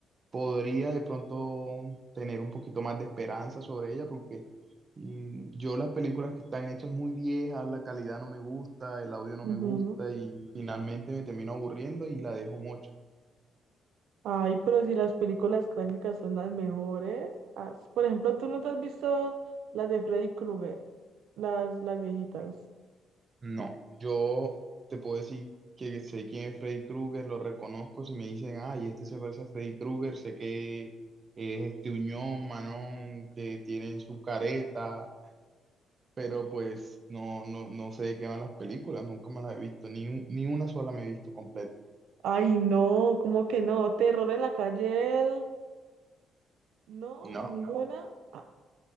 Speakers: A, on the right; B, on the right.
A: podría de pronto tener un poquito más de esperanza sobre ella porque mm, yo las películas que están hechas muy viejas, la calidad no me gusta, el audio no
B: Ujú.
A: me gusta y finalmente me termino aburriendo y la dejo mocha.
B: Ay, pero si las películas clásicas son las mejores. Ah, s- por ejemplo, ¿tú no te has visto las de Freddy Krueger? Las, las viejitas.
A: No, yo te puedo decir que sé quién es Freddy Krueger, lo reconozco. Si me dicen, ay, este se parece a Freddy Krueger, sé que es este Uñón, Manón, que tienen su careta, pero pues no, no, no sé de qué van las películas, nunca me las he visto, ni, un- ni una sola me he visto completa.
B: Ay, no, ¿cómo que no? Terror en la calle, el- no,
A: No,
B: ninguna. Ah,